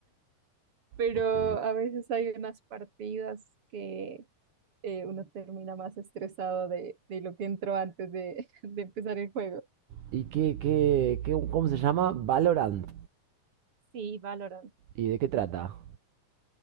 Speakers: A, on the right; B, on the right.
A: <laughs> pero
B: ok.
A: a veces hay unas partidas que eh, uno termina más estresado de, de lo que entró antes de, <laughs> de empezar el juego.
B: ¿Y qué, qué, qué, cómo se llama? Valorant.
A: Sí, Valorant.
B: ¿Y de qué trata?